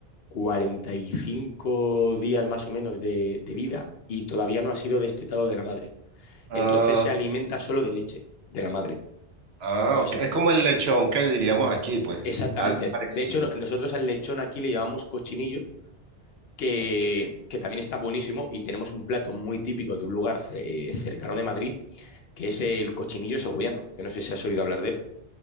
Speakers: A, on the left (about 65°); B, on the right (about 65°).
A: 45 días más o menos de, de vida y todavía no ha sido destetado de la madre.
B: Ah,
A: Entonces se alimenta solo de leche de la madre.
B: ah,
A: Entonces
B: ok. Es como el lechón que diríamos aquí, pues,
A: Exactamente.
B: algo parecido.
A: De hecho, no- nosotros al lechón aquí le llamamos cochinillo, que,
B: Ok.
A: que también está buenísimo y tenemos un plato muy típico de un lugar ce- eh, cercano de Madrid, que es el cochinillo segoviano, que no sé si has oído hablar de él.